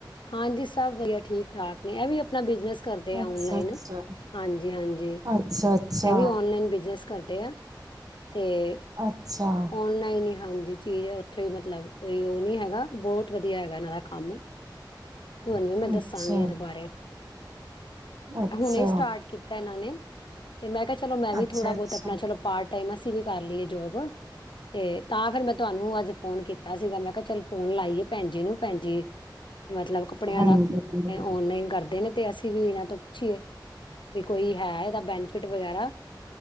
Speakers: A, on the left (about 80°); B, on the right (about 50°).
A: ਹਾਂਜੀ, ਸਭ ਵਧੀਆ ਠੀਕ ਠਾਕ ਨੇ ਇਹ ਵੀ ਆਪਣਾ ਬਿਜਨਸ ਕਰਦੇ ਆ
B: ਅੱਛਾ
A: ਔਨਲਾਈਨ,
B: ਅੱਛਾ
A: ਹਾਂਜੀ-ਹਾਂਜੀ। ਇਹ
B: ਅੱਛਾ ਅੱਛਾ
A: ਵੀ ਔਨਲਾਈਨ ਬਿਜ ਕਰਦੇ ਆ। ਤੇ
B: ਅੱਛਾ
A: ਔਨਲਾਈਨ ਹੀ ਹਾਂਜੀ, ਚੀ ਹ ਉੱਥੇ ਹੀ ਮਤਲਬ ਕੋਈ ਉਹ ਨੀ ਹੈਗਾ, ਬਹੁਤ ਵਧੀਆ ਹੈਗਾ ਇਹਨਾਂ ਦਾ ਕੰਮ। ਤੁਹਾਨੂੰ
B: ਅੱਛਾ
A: ਵੀ ਮੈਂ ਦੱਸਾਂਗੀ ਇਹਦੇ ਬਾਰੇ।
B: ਅੱਛਾ
A: ਹੁਣੇ ਸਟਾਰਟ ਕੀਤਾ ਇਹਨਾਂ ਨੇ, ਤੇ ਮੈਂ ਕਿਹਾ ਚਲੋ ਮੈਂ ਵੀ
B: ਅੱਛਾ
A: ਥੋੜ੍ਹਾ
B: ਅੱਛਾ
A: ਬਹੁਤ ਆਪਣਾ ਚਲੋ ਪਾਰਟ ਟਾਈਮ ਅਸੀਂ ਵੀ ਕਰ ਲਈਏ ਜੋਬ ਤੇ ਤਾਂ ਫੇਰ ਮੈਂ ਤੁਹਾਨੂੰ ਅੱਜ ਫੋਨ ਕੀਤਾ ਸੀਗਾ, ਮੈਂ ਕਿਹਾ ਚੱਲ ਫੋਨ ਲਾਈਏ ਭੈਣ ਜੀ ਨੂੰ, ਭੈਣ ਜੀ। ਮਤਲਬ ਕੱਪੜਿਆਂ
B: ਹਾਂਜੀ
A: ਦਾ ਔਨਲਾਈਨ ਕਰਦੇ ਨੇ ਤੇ ਅਸੀਂ ਵੀ ਇੰਨਾ ਤੋਂ ਪੁੱਛੀਏ, ਵੀ ਕੋਈ ਹੈ ਇਹਦਾ ਬੈਨੀਫਿਟ ਵਗੈਰਾ?